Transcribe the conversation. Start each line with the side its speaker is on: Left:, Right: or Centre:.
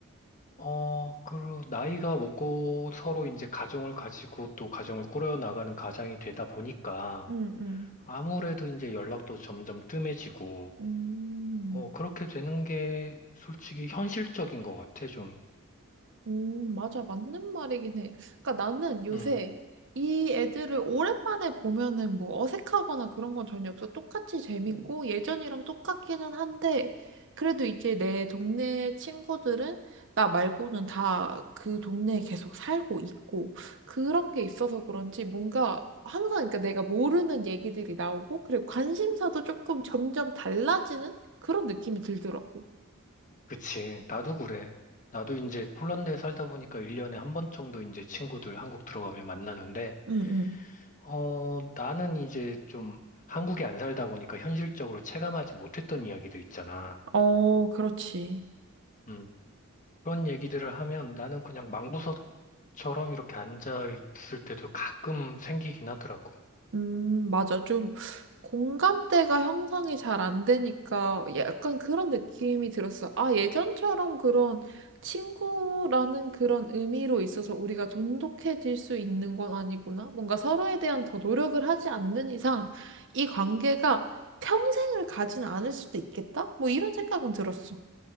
Left: 어, 그, 나이가 먹고 서로 이제 가정을 가지고 또 가정을 꾸려 나가는 가장이 되다 보니까,
Right: 응, 응,
Left: 아무래도 이제 연락도 점점 뜸해지고,
Right: 응.
Left: 어, 그렇게 되는 게 솔직히 현실적인 것 같아, 좀.
Right: 음, 맞아. 맞는 말이긴 해. 그러니까 나는 요새
Left: 음
Right: 이 애들을 오랜만에 보면은 뭐 어색하거나 그런 건 전혀 없어. 똑같이 재밌고 예전이랑 똑같기는 한데 그래도 이제 내 동네 친구들은 나 말고는 다 그 동네에 계속 살고 있고 그런 게 있어서 그런지 뭔가 항상 그러니까 내가 모르는 얘기들이 나오고 그리고 관심사도 조금 점점 달라지는 그런 느낌이 들더라고.
Left: 그치. 나도 그래. 나도 이제 폴란드에 살다 보니까 1년에 한 번 정도 이제 친구들 한국 들어가면 만나는데,
Right: 응, 응.
Left: 어, 나는 이제 좀 한국에 안 살다 보니까 현실적으로 체감하지 못했던 이야기들 있잖아.
Right: 어, 그렇지.
Left: 음, 그런 얘기들을 하면 나는 그냥 망부서처럼 이렇게 앉아 있을 때도 가끔 생기긴 하더라고.
Right: 음, 맞아. 좀 공감대가 형성이 잘 안 되니까 약간 그런 느낌이 들었어. 아, 예전처럼 그런 친구라는 그런 의미로 있어서 우리가 돈독해질 수 있는 건 아니구나. 뭔가 서로에 대한 더 노력을 하지 않는 이상 이 관계가 평생을 가진 않을 수도 있겠다? 뭐 이런 생각은 들었어.